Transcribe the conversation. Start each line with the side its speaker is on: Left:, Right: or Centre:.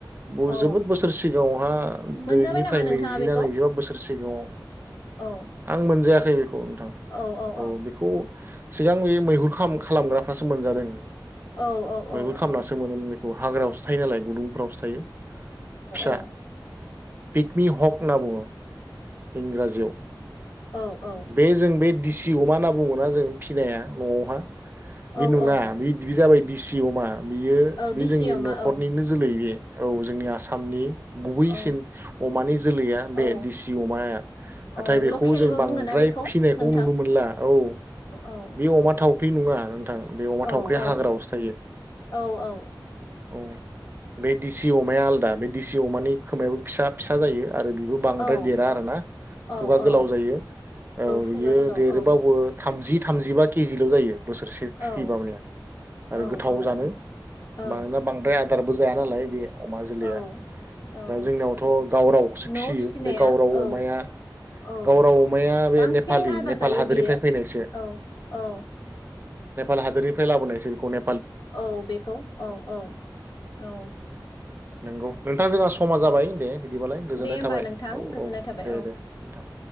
Right: बु
Left: औ
Right: जोबोद बोसोर सिगाङावहा
Left: मोनजाबाय
Right: दोनैनिफ्राय
Left: नामा नोंथाङा
Right: नैजि
Left: बेखौ
Right: ना नैजिबा बोसोर सिगाङाव
Left: औ
Right: आं मोनजाया याखै बेखौ।
Left: औ औ।
Right: औ बेखौ सिगां बै मैहुर खाम-खालामग्राफ्रासो मोनजादों।
Left: औ औ औ
Right: मैहुर खालामनासो
Left: औ।
Right: <unintelligible> हाग्रायावसो थायो नालाय गुदुंफ्रावसो थायो। फिसा
Left: औ
Right: पिगमि ह'क होनना बुङो। इंराजियाव
Left: औ औ ।
Right: बे जों बे दिसि अमा होनना बुङ'ना जों फिनाया न'आवहा बे
Left: औ
Right: नङा
Left: औ औ
Right: बे जाबाय दिसि अमा बियो
Left: औ
Right: बि
Left: दिसि
Right: जोंनि
Left: अमा
Right: न'खरनिनो
Left: औ
Right: जोलै बे औ जोंनि आसामनि गुबैसिन
Left: औ
Right: अमानि जोलैया बे
Left: औ
Right: दिसि अमाया नाथाय
Left: औ
Right: बेखौ
Left: लकेलबो
Right: बांद्राय
Left: बुङोना बेखौ
Right: फिसिनायखौ
Left: नोंथां
Right: नुनो मोनला औ
Left: औ
Right: बे अमा थाव <unintelligible> बुङा । थां बे अमा
Left: औ
Right: थावख्रिया
Left: औ
Right: हाग्रायावसो थायो
Left: औ औ
Right: औ बे दिसि अमाया आलदा दिसि अमानि खोमायाबो फिसा फिसा जायो। आरो बेबो बांद्राय
Left: औ
Right: देरा आरोना
Left: औ
Right: खुगा गोलाव
Left: औ
Right: जायो औ बियो
Left: खुगा गोलाव
Right: देरोबाबो
Left: औ
Right: थामजि थामजिबा केजिल' जायो। बोसोरसे
Left: औ
Right: फ्रिमाबाया आरो
Left: औ
Right: गोथाव
Left: औ
Right: जानो
Left: औ
Right: मानोना बांद्राय आदारबो जाया नालाय बे अमा जोलैया
Left: औ औ
Right: दा जोंनियावथ' गावरावखौसो
Left: न'आव
Right: फिसियो
Left: फिसिनाया
Right: बे गावराव
Left: औ
Right: अमाया
Left: औ
Right: गावराव अमाया बे
Left: बांसिन
Right: नेपालि
Left: आदार
Right: नेपाल
Left: जायो
Right: हादोरनिफ्राय
Left: बेयो
Right: फैनायसो।
Left: औ औ
Right: नेपाल हादरनिफ्राय लाबोनायसै बेखौ ने
Left: औ बेखौ औ औ औ।
Right: नोंगौ। नोंथां जोंहा समा जाबाय दे बिदिबालाय गोजोननाय
Left: दे होमबा
Right: थाबाय
Left: नोंथां
Right: औ
Left: गोजोननाय
Right: औ
Left: थाबाय
Right: दे
Left: औ
Right: दे नोंथां।